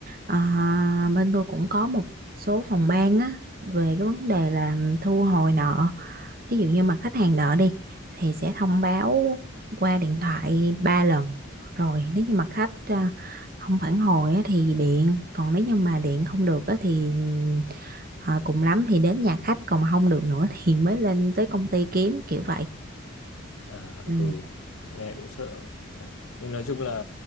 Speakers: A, on the right; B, on the left.
A: à, bên tôi cũng có một số phòng ban á về cái vấn đề là thu hồi nợ thí dụ như mà khách hàng đợi đi thì sẽ thông báo qua điện thoại ba lần rồi nếu như mà khách à, không phản hồi á, thì điện còn nếu như mà điện không được á, thì à, cùng lắm thì đến nhà khách còn mà không được nữa <laughs> thì mới lên tới công ty kiếm kiểu vậy
B: à
A: ừ.
B: ừ nghe cũng sợ à, nhưng nói chung là